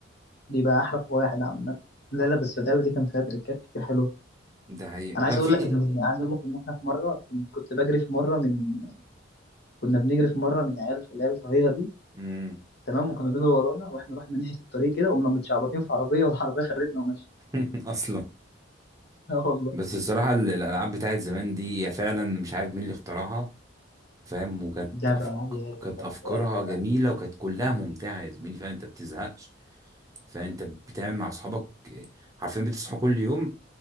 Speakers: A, on the left (about 55°); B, on the right (about 15°).
A: بيبقى أحرف واحد عامة لا لا بس اللعبة دي كان فيها تريكات كتير حلوة
B: ده حقيقة
A: أنا
B: وكان
A: عايز أقول
B: في
A: لك إن عايز أقول لك إن إحنا في مرة كنت كنت بجري في مرة من كنا بنجري في مرة من عيال في لعبة هيها دي
B: مم.
A: تمام وكانوا بيجروا ورانا وإحنا رحنا ناحية الطريق كده قمنا متشعبطين في عربية والعربية خدتنا ومشيت
B: <laughs> اصلا
A: <laughs> آه والله
B: بس الصراحه ال- الالعاب بتاعت زمان دي هي فعلا مش عارف مين اللي اخترعها فاهم وكانت
A: لعبة
B: أفك...
A: ألعاب يا يا
B: كانت
A: جدع
B: افكارها
A: إيه يا جدع
B: جميله وكانت كلها ممتعه يا زميلي فاهم انت بتزهقش فانت بتعمل مع اصحابك إيه، عارفين بتصحوا كل يوم